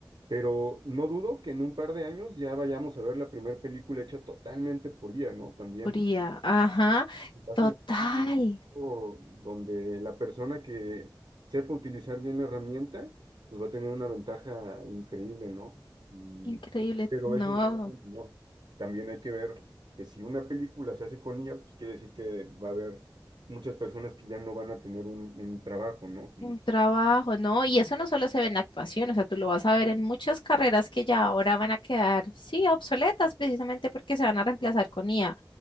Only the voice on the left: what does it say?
fría. Ajá,
total.
Increíble.
No,
un trabajo, no. Y eso no solo se ve en la actuación, o sea, tú lo vas a ver en muchas carreras que ya ahora van a quedar, sí, obsoletas precisamente porque se van a reemplazar con IA.